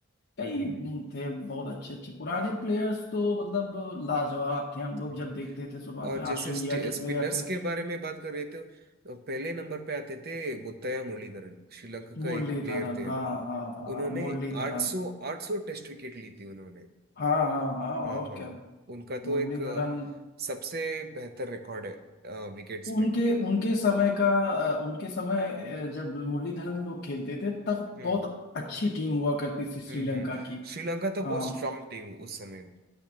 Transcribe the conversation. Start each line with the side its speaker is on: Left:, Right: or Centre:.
Left: कई
Right: हम्म हम्म
Left: थे बहुत अच्छे अच्छे पुराने प्लेयर्स तो मतलब लाजवाब थे हम लोग
Right: हम्म।
Left: जब देखते थे शुरुआत
Right: और
Left: में ऑस्ट्रेलिया
Right: जैसे
Left: के
Right: स्पिनर्स
Left: प्लेयर थे
Right: के बारे में बात कर रहे थे तो पहले नंबर पे आते थे मुत्तैया मुरलीधरन श्रीलंका
Left: मुरलीधरन
Right: का एक प्लेयर थे
Left: हाँ
Right: ना
Left: हाँ हाँ हाँ
Right: उन्होंने
Left: मुरलीधरन
Right: 800 800 टेस्ट विकेट ली थी उन्होंने
Left: हाँ हाँ हाँ
Right: हाँ
Left: और
Right: हाँ
Left: क्या
Right: उनका तो
Left: मुरलीधरन
Right: एक अ, सबसे बेहतर रिकॉर्ड है विकेट्स
Left: उनके
Right: में
Left: उनके समय का अ, उनके समय अ, जब मुरलीधरन लोग खेलते थे तब
Right: हम्म
Left: बहुत अच्छी टीम हुआ करती थी श्रीलंका
Right: हम्म हम्म
Left: की
Right: श्रीलंका तो
Left: हाँ
Right: बहुत स्ट्रांग टीम उस समय